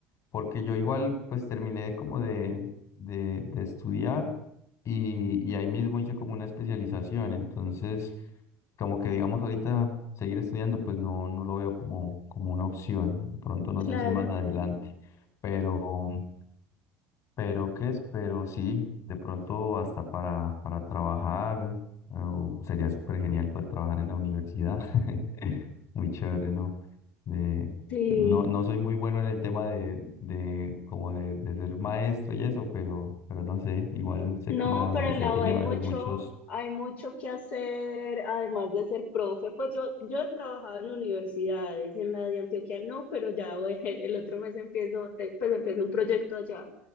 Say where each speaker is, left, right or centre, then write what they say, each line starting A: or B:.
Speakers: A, on the left (about 50°); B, on the left (about 70°).
A: porque yo igual pues terminé como de, de, de estudiar y, y ahí mismo hice como una especialización, entonces como que digamos ahorita seguir estudiando pues no, no lo veo como, como una opción, de pronto no
B: claro.
A: sé si más adelante, pero... Pero qué es, pero sí, de pronto hasta para, para trabajar, eh, sería súper genial poder trabajar en la universidad. <laughs> Muy chévere, ¿no? De-
B: Sí.
A: no, no soy muy bueno en el tema de, de como de, de ser maestro y eso, pero, pero no sé, igual sé
B: No,
A: que la
B: pero
A: universidad
B: en la
A: tiene
B: U hay
A: a
B: mucho,
A: veces muchos...
B: hay mucho que hacer, además de ser profe. Pues yo, yo he trabajado en universidades, en la de Antioquia no, pero ya voy- el otro mes empiezo, te- pues empiezo un proyecto allá.